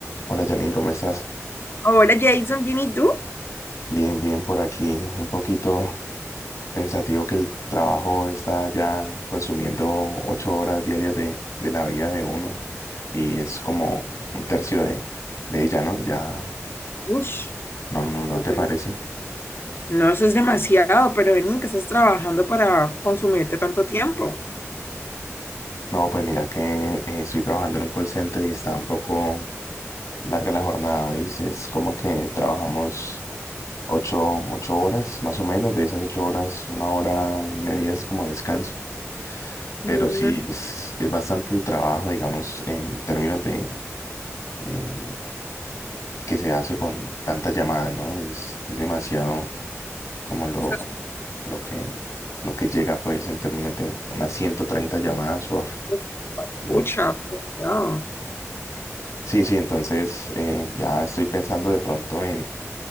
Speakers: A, on the left; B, on the left.
A: Hola Janine, ¿cómo estás?
B: Hola Jason, ¿bien y tú?
A: Bien, bien por aquí. Un poquito pensativo que el trabajo está ya consumiendo ocho horas diarias de, de la vida de uno y es como un tercio de, de ella, ¿no? Ya,
B: Ush,
A: no, no, ¿no ¿no
B: del-
A: te parece?
B: No, eso es demasiado, pero vení, que estás trabajando para consumirte tanto tiempo.
A: No, pues mira que eh, estoy trabajando en un call center y está un poco larga la jornada, ¿veis? Es como que trabajamos ocho, ocho horas más o menos, de esas ocho horas, una hora y media es como descanso. Pero
B: Mm.
A: sí, es, es bastante el trabajo, digamos, en términos de eh, que se hace con tantas llamadas, ¿no? Es, es demasiado como lo,
B: Eso es un-
A: lo que, lo que llega, pues, en términos de unas 130 llamadas, uaf,
B: poco
A: mucho.
B: pucha, demasiado.
A: Sí, sí, entonces eh, ya estoy pensando de pronto en